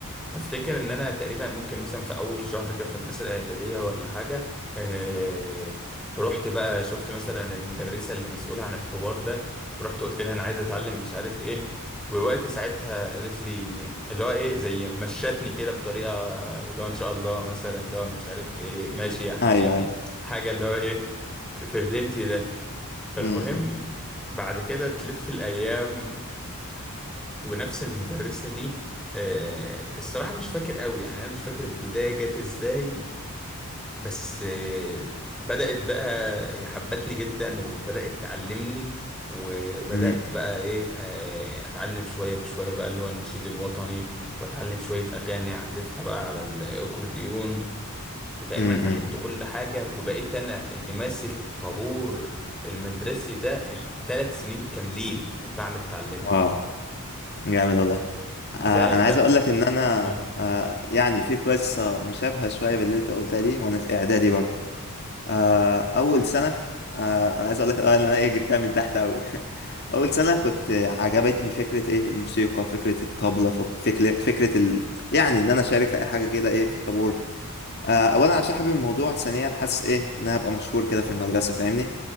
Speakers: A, in the centre; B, on the left.
A: فافتكر ان انا تقريبا ممكن مثلا في اول شهر كده في المدرسه الاعداديه ولا حاجه آه رحت بقى شفت مثلا المدرسه اللي مسؤوله عن الحوار ده ورحت قلت لها انا عايز اتعلم مش عارف ايه ووقت ساعتها قالت لي اللي هو ايه زي مشتني كده بطريقه اللي هو ان شاء الله مثلا اللي هو مش عارف ايه ماشي يا حبيبي
B: ايوه ايوه
A: حاجه اللي هو ايه في الرينج ده فالمهم
B: امم
A: بعد كده تلف الايام ونفس المدرسة دي آه، الصراحة مش فاكر قوي يعني أنا مش فاكر البداية جت إزاي بس آه، بدأت بقى هي حبتني جدا وبدأت تعلمني وبدأت
B: امم
A: بقى إيه آه، أتعلم شوية بشوية بقى اللي هو النشيد الوطني وأتعلم شوية أغاني أعزفها بقى على الأكورديون وتقريبا
B: امم
A: اتعلمت كل حاجة وبقيت أنا اللي ماسك الطابور المدرسي ده الثلاث سنين كاملين من بعد ما اتعلمت
B: واو جامد والله آه
A: زائد
B: انا عايز
A: بقى
B: اقول لك ان انا
A: مم.
B: آه يعني في قصه مشابهه شويه باللي انت قلتها دي وانا في اعدادي برضه آه، اول سنه آه، انا عايز اقول لك آه، ان انا ايه جبتها من تحت قوي <laughs> اول سنه كنت عجبتني فكره ايه الموسيقى فكره الطبله فك- فكره فكره ال... يعني ان انا اشارك في اي حاجه كده ايه في الطابور آه، اولا عشان حابب الموضوع ثانيا حاسس ايه ان انا هبقى مشهور كده في المدرسه فاهمني